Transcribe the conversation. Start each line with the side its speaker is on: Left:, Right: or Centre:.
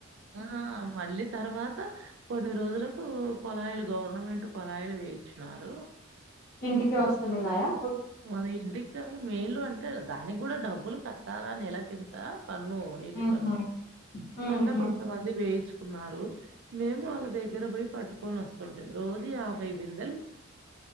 Right: ఆ మళ్ళీ తర్వాత కొన్ని రోజులకు కొళాయిలు గవర్నమెంట్ కొళాయిలు వేయించినారు
Left: ఇంటికె వస్తునున్నాయా
Right: మన ఇంటికి కా మెయిన్ లో అంటే దానికి కూడా డబ్బులు కట్టాలా నెలకింత పన్ను నీటి
Left: ఊహూ
Right: పన్ను
Left: ఊహూ
Right: అట్ల కొంతమంది వేయించుకున్నారు మేము వాళ్ళ దగ్గర పోయి పట్టుకొని వస్తుంటిమి రోజు యాబై బిందె